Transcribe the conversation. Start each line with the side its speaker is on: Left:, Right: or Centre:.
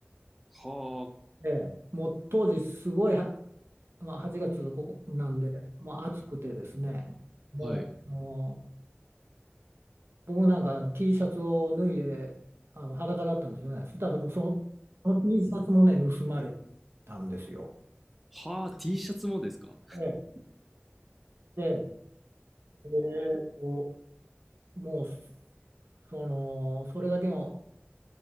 Centre: あ。
Right: ええ、もう当時すごい、はまあ、8月ここなんで、もう暑くてですね、もう、
Centre: はい。
Right: あの僕なんか T シャツを脱いであの裸だったんですよね。そしたらもうその、その T シャツもね、盗まれたんですよ。
Centre: はあ、T シャツもですか
Right: ええで、でこうもうその、それだけの